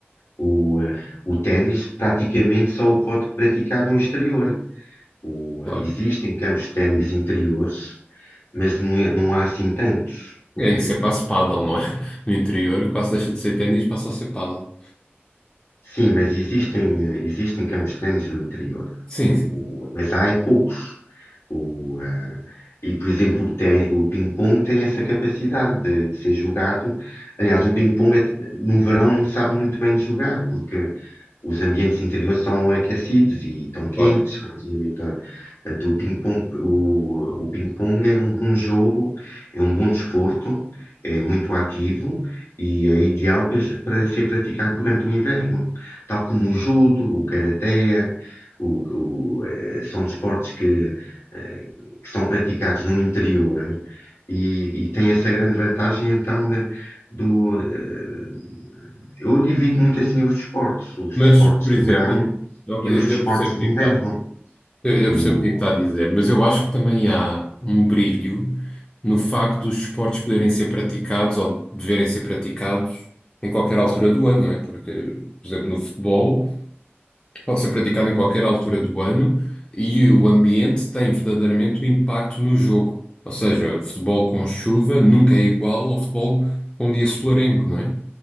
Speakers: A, on the left; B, on the left.
A: O, eh, o ténis praticamente só o pode praticar no exterior. O,
B: claro.
A: eh, existem campos de ténis interiores, mas não, é- não há assim tantos. O,
B: É, isso
A: é
B: é quase paddle, não é? <laughs> No interior quase deixa de ser ténis, passa a ser paddle.
A: Sim, mas existem, eh, existem campos de ténis no interior.
B: Sim, sim,
A: O- mas há é poucos. O, eh, e, por exemplo, o, té- o ping-pong tem essa capacidade de, de ser jogado. Aliás, o ping-pong é- no verão não sabe muito bem de jogar, porque os ambientes interiores são aquecidos e estão quentes
B: claro.
A: relativamente a, a do ping-pong. O, o ping-pong é um bom jogo, é um bom desporto, é muito ativo e é ideal para, para ser praticado durante o inverno, tal como o judo, o karaté, o, o, eh, são desportos que, eh, que são praticados no interior e, e tem essa grande vantagem então de- do, eh, eu divido muito assim os desportos, os
B: Mas,
A: desportos
B: por
A: de
B: exemplo,
A: verão
B: e- ok,
A: e os desportos
B: eu percebo o
A: de
B: que
A: inverno.
B: é que está. Eu, eu
A: O-
B: percebo o que é que está a dizer, mas eu acho que também há um brilho no facto dos esportes poderem ser praticados ou deverem ser praticados em qualquer altura do ano, não é? Porque, por exemplo, no futebol pode ser praticado em qualquer altura do ano e o ambiente tem verdadeiramente um impacto no jogo. Ou seja, futebol com chuva nunca é igual ao futebol com um dia solarengo, não é?